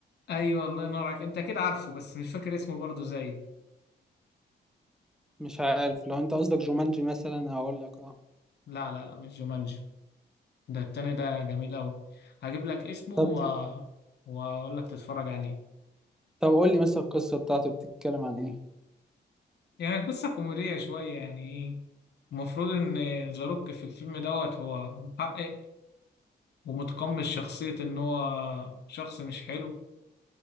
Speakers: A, on the left; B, in the centre.
A: ايوه الله ينور عليك انت اكيد عارفه بس مش فاكر اسمه برضه زي
B: مش عارف لو أنت قصدك جومانجي مثلا هقول لك أه
A: لا لا لا مش جومانجي ده التاني ده جميل قوي هجيب لك اسمه
B: طب
A: و... واقول لك تتفرج عليه
B: طب قول لي مثلا القصة بتاعته بتتكلم عن إيه؟
A: يعني قصة كوميدية شوية يعني ايه المفروض ان زاروك في الفيلم دوت هو محقق ومتقمص شخصية ان هو شخص مش حلو